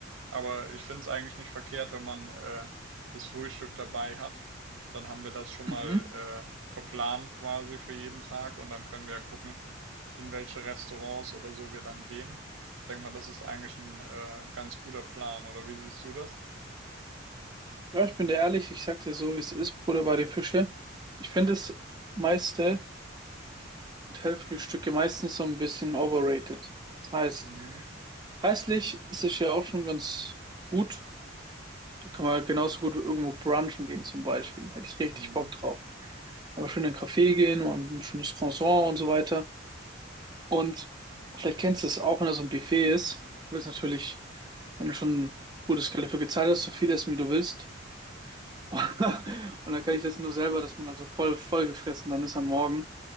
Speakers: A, on the right; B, on the right.
A: Aber ich finde es eigentlich nicht verkehrt, wenn man äh, das Frühstück dabei hat. Dann haben wir das schon mal
B: Mhm.
A: äh, verplant quasi für jeden Tag und dann können wir ja gucken, in welche Restaurants oder so wir dann gehen. Ich denke mal, das ist eigentlich ein äh, ganz guter Plan, oder wie siehst du das?
B: Ja, ich bin dir ehrlich, ich sag dir so, wie es ist, Butter bei die Fische. Ich finde das meiste Hotelfrühstücke meistens so ein bisschen overrated. Das heißt,
A: Mhm.
B: preislich ist es ja auch schon ganz gut Da kann man halt genauso gut irgendwo brunchen gehen zum Beispiel. Hätte ich richtig
A: Mhm.
B: Bock drauf. Einfach schön in einen Café gehen und ein schönes Croissant und so weiter. Und vielleicht kennst du es auch, wenn da so ein Buffet ist. Du willst natürlich, wenn du schon ein gutes Geld dafür gezahlt hast, so viel essen, wie du willst. <laughs> Und dann kenne ich das nur selber, dass man also voll, voll gefressen dann ist am Morgen.